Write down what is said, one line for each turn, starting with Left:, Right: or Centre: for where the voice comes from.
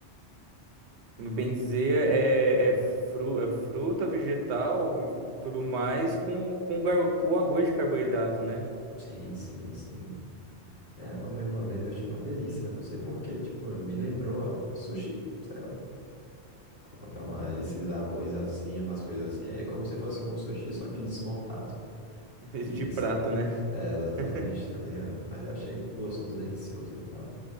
Right: No bem dizer, é, é, fru, é fruta, vegetal e tudo mais com, com gar- o arroz de carboidrato, né?
Left: Sim, sim, sim. É, eu comi uma vez e achei uma delícia. Eu Não sei por quê, tipo, me lembrou a sushi, sei lá. Colocar uma, esses arroz assim, umas coisas assim. É como se fosse um sushi, só que desmontado.
Right: <laughs> Em vez
Left: Isso,
Right: de prato,
Left: é,
Right: né?
Left: é, exatamente,
Right: <laughs>
Left: tá ligado? Mas achei gostoso, delicioso e tal.